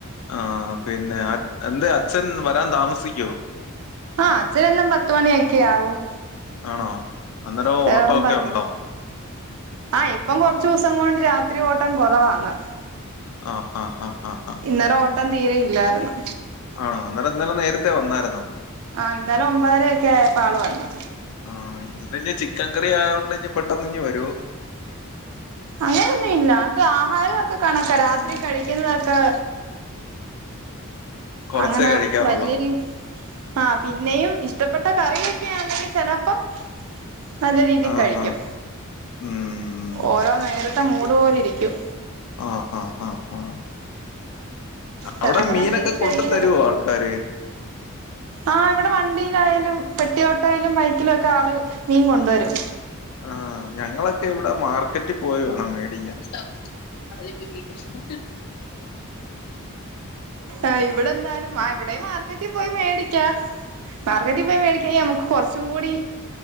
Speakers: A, on the left (about 80°); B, on the right (about 75°).
A: ആഹ് പിന്നെ എന്തെ അച്ഛൻ വരാൻ താമസിക്കുവോ
B: ആഹ് അച്ഛനെന്നും പത്ത് മണിയൊക്കെ ആവും
A: ആണോ? അന്നേരം
B: ചെലേപ്പം
A: ഓട്ടോ ഒക്കെ
B: പതിനൊന്ന്
A: ഉണ്ടോ?
B: ആഹ് ഇപ്പം കൊറച്ച് ദിവസം കൊണ്ട് രാത്രി ഓട്ടം കുറവാന്ന്
A: ആഹ് ആ ആ ഹാ
B: ഇന്നലെ ഓട്ടം തീരെ ഇല്ലായിരുന്നു
A: ആണോ അന്നേരം ഇന്നലെ നേരത്തെ വന്നായിരുന്നോ
B: ആഹ് ഇന്നലെ ഒമ്പതര ഒക്കെ ആയപ്പോ ആള് വന്നു
A: ആ ഇന്നിനി ചിക്കൻ കറി ആയോണ്ട് ഇഞ്ഞി പെട്ടെന്ന് ഇങ്ങ് വരൊ
B: അങ്ങനൊന്നും ഇല്ല അതാക്കെ ആഹാരമൊക്കെ കണക്ക രാത്രി കഴിക്കുന്നതൊക്കെ
A: കൊറച്ചേ
B: അങ്ങനെ
A: കഴിക്കാറുള്ളൂ
B: വല്ല്യേ രീതി ആഹ് പിന്നെയും ഇഷ്ടപ്പെട്ട കറിയൊക്കെ ആണെങ്കി ചെലപ്പോ നല്ല രീതി
A: ആഹാ
B: കഴിക്കും
A: ഉം
B: ഓരോ നേരത്തെ മൂട് പോലെ ഇരിക്കും
A: ആഹ് ആഹ് ആഹ് ആഹ്
B: ചിലപ്പോ
A: അവിടെ മീനൊക്കെ
B: നല്ല രീതിൽ
A: കൊണ്ട്
B: കഴിക്കും
A: തരുവോ ആൾക്കാര്
B: ആഹ് ഇവിടെ വണ്ടിയിലായാലും പെട്ടിയോട്ടയിലും ബൈക്കിലൊക്കെ ആള് മീൻ കൊണ്ട് വരും.
A: ആഹ് ഞങ്ങളൊക്കെ ഇവിടെ മാർക്കറ്റിൽ പോയി വേണം മേടിക്കാൻ. <inaudible>
B: ആഹ് ഇവിടെ എന്താലും ആഹ് ഇവിടെയും മാർക്കറ്റിൽ പോയി മേടിക്കാ മാർക്കറ്റിൽ പോയി മേടിക്കാണെങ്കിൽ നമുക്ക് കുറച്ചും കൂടി